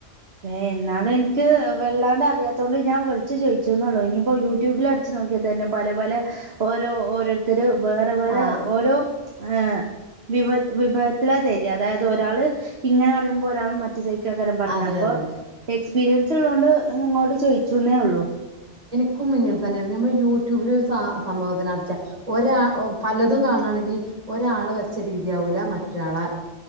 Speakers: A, on the right; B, on the right.
A: ഏ എന്നാലും എനിക്ക് വെള്ളാണ്ട് അറിയാത്തോണ്ട് ഞാൻ വിളിച്ചു ചോയിച്ചു ഇനിയിപ്പോ യൂട്യൂബിൽ അടിച്ചു നോക്കിയാൽ തന്നെ പല പല ഓരോ ഓരോരുത്തർ വേറെ വേറെ
B: ആ
A: ഓരോ ഏഹ വിഭ വിഭവത്തിലാ തര് അതായത് ഒരാള് ഇങ്ങനെ പറയുമ്പോൾ ഒരാൾ മറ്റു സഹിക്കക്കാരം പറയുന്നത്
B: അതെ
A: അപ്പൊ
B: അതെ
A: എക്സ്പീരിയൻസ് ഉള്ളോണ്ട് നിങ്ങളോട് ചോയിച്ചന്നേ ഉള്ളു
B: ക്കും ഇങ്ങനെ തന്നെയാണ് നമ്മൾ യൂട്യൂബിലൊരു സാ സംഭവത്തിന്റിച്ച ഒ പലതും കാണയാണെങ്കിൽ ഒരാൾ വെച്ച രീതിയാവൂല മറ്റൊരാള